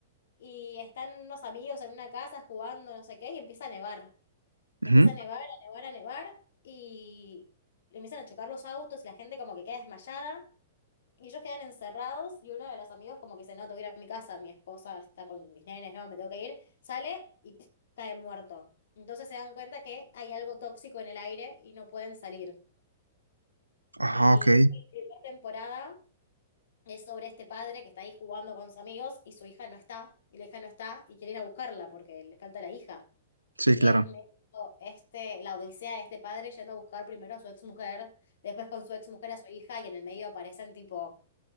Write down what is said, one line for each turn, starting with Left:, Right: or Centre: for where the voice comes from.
Left: y están unos amigos en una casa jugando, no sé qué, y empieza a nevar.
Right: Ujú.
Left: Empieza a nevar, a nevar, a nevar y empiezan a chocar los autos y la gente como que queda desmayada y ellos quedan encerrados y uno de los amigos como que dice, no, tengo que ir a mi casa, mi esposa está con mis nenes, no, me tengo que ir, sale y pf, cae muerto. Entonces se dan cuenta que hay algo tóxico en el aire y no pueden salir.
Right: Ah,
Left: Y
Right: ok.
Left: la primera temporada es sobre este padre que está ahí jugando con sus amigos y su hija no está, y la hija no está y quiere ir a buscarla porque le falta la hija.
Right: Sí,
Left: Y
Right: claro.
Left: es medio este, la odisea de este padre yendo a buscar primero a su ex mujer después con su ex mujer a su hija, y en el medio aparecen tipo